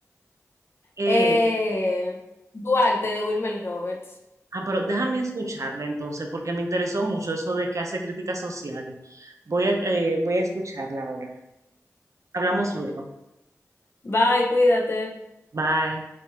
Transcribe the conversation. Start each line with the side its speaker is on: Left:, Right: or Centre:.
Right: Eh,
Left: Eh, Duarte de Wilmer Roberts.
Right: ah, pero déjame escucharla entonces, porque me interesó mucho eso de que hace críticas sociales. Voy a, eh, voy a escucharla ahora. Hablamos luego.
Left: Bye, cuídate.
Right: Bye.